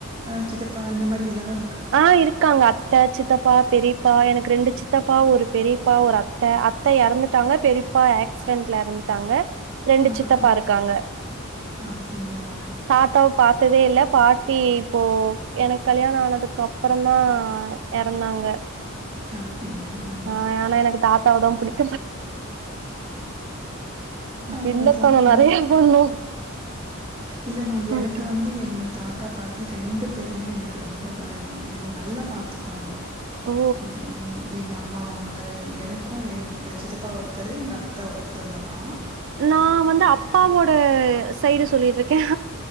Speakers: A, on the right (about 25°); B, on the right (about 60°).
A: அ சித்தப்பா இந்த மாரி எல்லாரு
B: ஆ இருக்காங்க அத்த சித்தப்பா பெரிப் ப்பா எனக்கு ரெண்டு சித்தப்பா ஒரு பெரிப்பா ஒரு அத்த, அத்த எறந்துட்டாங்க பெரிப்பா ஆக்சிடென்ட்ல எறந்து ட்டாங்க ரெண்டு
A: ஆஹா
B: சித்தப்பா இருக்காங்க
A: அப்படிங்களா
B: தாத்தாவ பாத் த்ததே இல்ல பாட்டி இப்போ எனக் கல்யாண ஆனதுக் கப்பறந்தா எறந்தாங்க
A: அப்படிங்களா
B: ஆ ஆனா எனக்கு தாத் தா வதா புடிக்
A: அவ்ளோதா
B: வில்லத்தனோ
A: அ
B: நெறைய பண்ணும்
A: இல்லம்மா
B: பாட்டி
A: எனக்கு வந்து எங்க தாத்தா பாட்டி ரெண்டு பேருமே எனக்கு ரொம்ப ப நல்லா பாத்துப்பாங்க
B: ஓ
A: ம் எங்க அப் அம்மா அவுங்கள எனக்கும் என் சித்தப்பா ஒருத்தரு எங்க அத்த ஒருத்தங்கதா
B: நா வந்து அப்பாவோட ஸ் சைடு சொல்லிட்ருக்கேன்